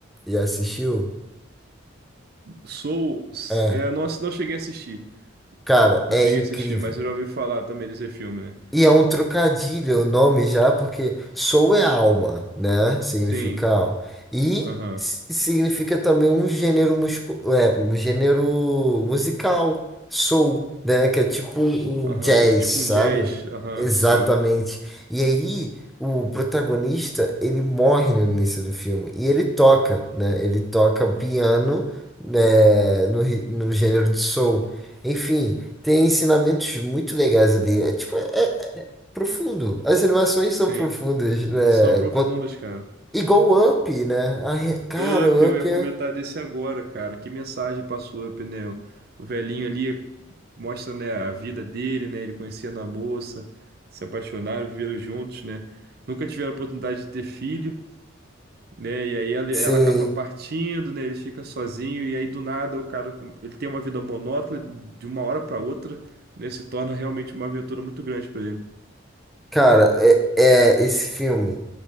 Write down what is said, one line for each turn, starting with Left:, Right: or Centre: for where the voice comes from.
Centre: já assistiu?
Right: Soul, s-
Centre: É,
Right: é, não, ass- não cheguei a assistir.
Centre: cara,
Right: Não
Centre: é
Right: cheguei
Centre: incrível.
Right: a assistir, mas eu já ouvi falar também desse filme, né?
Centre: E é um trocadilho o nome já, porque soul é alma, né? Significa
Right: Sim,
Centre: alma. E
Right: aham,
Centre: si- significa também um gênero muscu é, um gênero musical, soul, né? Que é tipo um
Right: aham.
Centre: um jazz,
Right: Ou tipo
Centre: sabe?
Right: um jazz, aham,
Centre: Exatamente.
Right: sim,
Centre: E aí o protagonista, ele morre no início do filme. E ele toca, né? Ele toca piano, né? No, ri- no gênero de soul. Enfim, tem ensinamentos muito legais ali. É tipo. é profundo. As animações
Right: sim.
Centre: são profundas, né?
Right: São profundas,
Centre: Quan-
Right: cara.
Centre: Igual o Up, né? A re- Cara,
Right: Up,
Centre: o
Right: eu
Centre: Up
Right: ia comentar
Centre: é.
Right: desse agora, cara. Que mensagem passou Up, né? O o velhinho ali mostra, né, a vida dele, né? Ele conhecendo a moça, se apaixonaram, viveram juntos, né? Nunca tiveram a oportunidade de ter filho, né? E aí ela,
Centre: Sim,
Right: ela acaba partindo, né? Ele fica sozinho e aí do nada o cara, com- ele tem uma vida monótona de uma hora para outra, né? Se torna realmente uma aventura muito grande para ele.
Centre: cara, é, é- esse filme,